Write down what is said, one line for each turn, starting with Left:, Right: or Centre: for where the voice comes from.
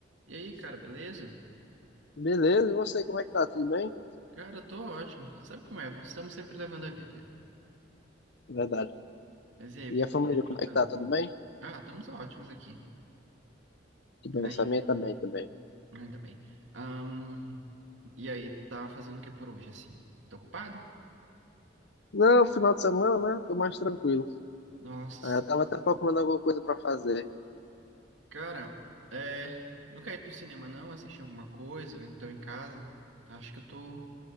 Right: E aí, cara, beleza?
Left: Beleza, e você, como é que tá? Tudo bem?
Right: Cara, eu tô ótimo. Sabe como é? Estamos sempre levando a vida.
Left: Verdade.
Right: Mas e aí, o
Left: E
Right: que
Left: a
Right: é que
Left: família,
Right: tu anda aprontando?
Left: como é que tá? Tudo bem?
Right: Ah, estamos ótimos aqui.
Left: Tudo bem,
Right: Aí,
Left: essa minha também também.
Right: ainda bem. Ahn, e aí, tá fazendo o que por hoje, assim? Tô ocupado?
Left: Não, final de semana, né? Tô mais tranquilo.
Right: Nossa,
Left: Ah, Eu tava
Right: sim.
Left: até procurando alguma coisa pra fazer.
Right: cara, é... Não quer ir pro cinema, não? Assistir alguma coisa? Ou então em casa? Acho que eu tô